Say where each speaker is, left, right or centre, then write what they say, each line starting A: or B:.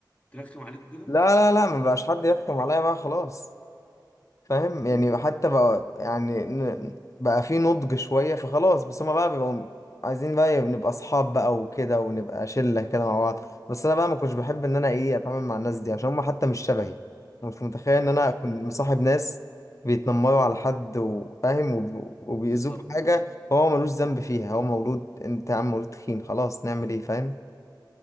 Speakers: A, on the left; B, on the left.
A: ترخم عليك وكده
B: لا لا لا ما بقاش حد يحكم عليا بقى خلاص فاهم يعني
A: مم.
B: حتى بقى يعني ن- بقى في نضج شوية فخلاص بس هما بقى بيبقوا عايزين بقى نبقى أصحاب بقى وكده ونبقى شلة كده مع بعض بس أنا بقى ما كنتش بحب إن أنا إيه أتعامل مع الناس دي عشان هما حتى مش شبهي مش متخيل إن أنا
A: صح
B: أكون مصاحب ناس بيتنمروا على حد وفاهم وب- وبيأذوه
A: بالظبط
B: بحاجة هو ملوش ذنب فيها هو مولود أنت يا عم مولود تخين خلاص نعمل إيه فاهم